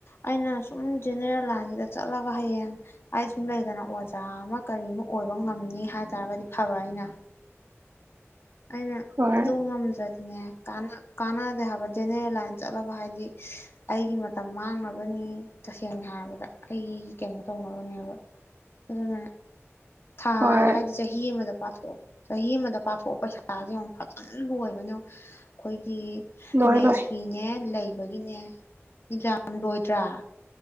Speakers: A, on the left (about 55°); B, on the right (about 50°).
A: ꯑꯩꯅ ꯁꯨꯝ ꯖꯦꯅꯦꯔꯦꯜ ꯂꯥꯏꯟꯁꯤꯗ ꯆꯠꯂꯒ ꯍꯌꯦꯡ ꯑꯩ ꯁꯨꯝ ꯂꯩꯗꯅ ꯑꯣꯖꯥ ꯑꯃ ꯀꯔꯤ ꯑꯃ ꯑꯣꯏꯕ ꯉꯝꯅꯤ ꯍꯥꯏꯇꯥꯥꯔꯒꯗꯤ ꯐꯕ ꯑꯩꯅ ꯑꯩꯅ
B: ꯍꯣꯏ
A: ꯑꯗꯨ ꯉꯝꯖꯗꯤ ꯅꯦ ꯀꯥꯟꯅꯗꯦ ꯍꯥꯏꯕ ꯖꯦꯅꯦꯔꯦꯜ ꯂꯥꯏꯟ ꯆꯠꯂꯒ ꯍꯥꯏꯗꯤ ꯑꯩꯒꯤ ꯃꯇꯝ ꯃꯥꯡꯅꯕꯅꯤ ꯇꯁꯦꯡꯅ ꯍꯥꯏꯔꯕꯗ ꯑꯩꯒꯤ ꯀꯩꯅꯣ ꯇꯧꯅꯕꯅꯦꯕ ꯑꯗꯨꯅꯅꯦ ꯊꯥ
B: ꯍꯣꯏ
A: ꯍꯥꯏꯗꯤ ꯆꯍꯤ ꯑꯃꯗ ꯄꯥꯊꯣꯛ ꯆꯍꯤ ꯑꯃꯗ ꯄꯥꯊꯣꯛꯑꯣ ꯄꯩꯁꯥꯁꯦ ꯑꯃꯨꯛ ꯐꯖꯅ ꯂꯣꯏꯕꯅꯦ ꯑꯩꯈꯣꯏꯒꯤ
B: ꯂꯣꯏ
A: ꯃꯦꯁꯕꯤꯅꯦ
B: ꯂꯣꯏ
A: ꯂꯩ ꯒꯤꯅꯦ ꯌꯥꯝ ꯂꯣꯏꯗ꯭ꯔꯥ